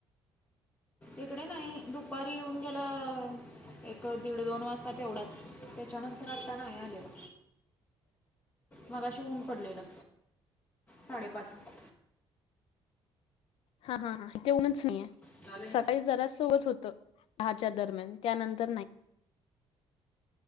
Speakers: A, on the left; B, on the left.
A: इकडे नाही. दुपारी येऊन गेला, एक दीड दोन वाजता तेवढाच. त्याच्या नंतर आता नाही आलेला.
B: बरमर्म
A: मगाशी ऊन पडलेलं, साडेपाच ला.
B: हा हा हा. इथे ऊनच नाहीये.
A: झाले ना
B: सकाळी जरासच होत, दहाच्या दरम्यान त्यानंतर नाही.